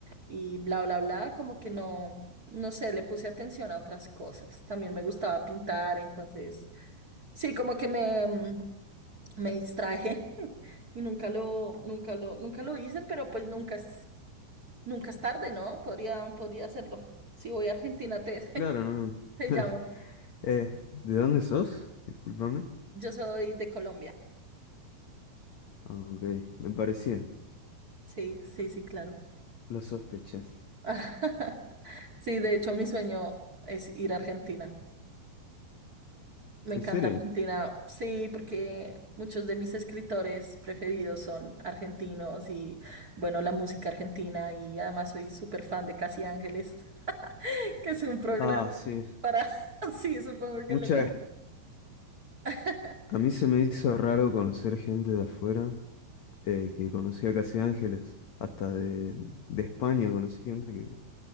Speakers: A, on the right (about 30°); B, on the left (about 80°).
A: y bla, bla, bla, como que no, no sé, le puse atención a otras cosas. También me gustaba pintar, entonces sí, como que me, mm, me distraje <laughs> y nunca lo, nunca lo, nunca lo hice, pero pues nunca Nunca es tarde, ¿no? Podría, podría hacerlo. Si voy a Argentina, te, <laughs>
B: Claro, no.
A: te
B: <laughs>
A: llamo.
B: Eh, ¿de dónde sos? Discúlpame.
A: Yo soy de Colombia.
B: Ah, ok, me parecía.
A: Sí, sí, sí, claro.
B: Lo sospeché.
A: <laughs> Sí, de hecho, mi sueño es ir a Argentina. Me
B: ¿En
A: encanta
B: serio?
A: Argentina. Sí, porque muchos de mis escritores preferidos son argentinos y, bueno, la música argentina. Y además soy súper fan de Casi Ángeles, <laughs> que es un programa
B: Ah, sí.
A: para... <laughs> Sí, supongo que
B: Muchas.
A: lo con- <laughs>
B: A mí se me hizo raro conocer gente de afuera eh, que conocía casi ángeles. Hasta de, de España conocí gente que